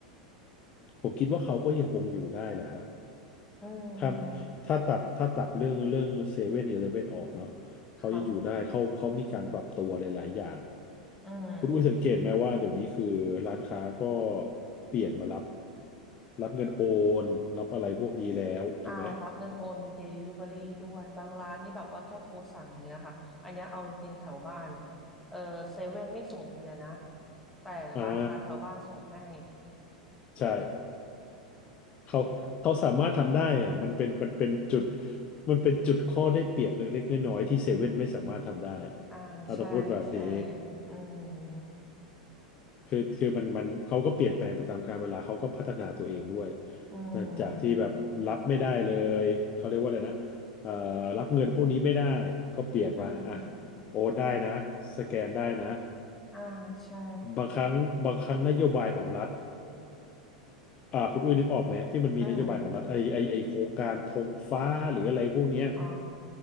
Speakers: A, on the left (about 35°); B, in the centre.
A: ผมคิดว่าเขาก็ยังคงอยู่ได้แหละฮะ
B: อืม
A: ถ้าถ้าตัดถ้าตัดเรื่องเรื่องเซเว่นอีเลฟเว่นออกเนาะเขายังอยู่ได้เขาเขามีการปรับตัวหลายๆอย่าง
B: ค่ะอืม
A: คุณอุ้ยสังเกตไหมว่าเดี๋ยวนี้คือร้านค้าก็เปลี่ยนมารับรับเงินโอนรับอะไรพวกนี้แล้วถูกไหม
B: อ่ารับเงินโอนมี Delivery ด้วยบางร้านนี่แบบว่าแค่โทรสั่งอย่างเงี้ยค่ะอันเนี้ยเอาจริงๆแถวบ้านเออเซเว่นไม่ส่งเบียร์นะแต่ร้านค้าแถวบ้านส่งให้
A: อ่า ใช่เขาเขาสามารถทำได้อะมันเป็นมันเป็นจุดมันเป็นจุดข้อได้เปรียบเล็กๆน้อยๆที่เซเว่นไม่สามารถทำได้อะ
B: <laughs> อ่าใช่ใช่
A: เราต้องพูดแบบนี้
B: อืม
A: คือคือมันมันเขาก็เปลี่ยนแปลงไปตามกาลเวลาเขาก็พัฒนาตัวเองด้วย
B: อืม
A: แต่จากที่แบบรับไม่ได้เลยเขาเรียกว่าอะไรนะเอ่อรับเงินพวกนี้ไม่ได้ก็เปลี่ยนมาอ่ะ
B: อืม
A: โอนได้นะสแกนได้นะ
B: อ่าใช่
A: บางครั้งบางครั้งนโยบายของรัฐ อ่าคุณอุ้ยนึกออกไหมที่มันมีนโยบายของรัฐไอไอไอโครงการธงฟ้าหรืออะไรพวกเนี้ย
B: อืมอ๋อ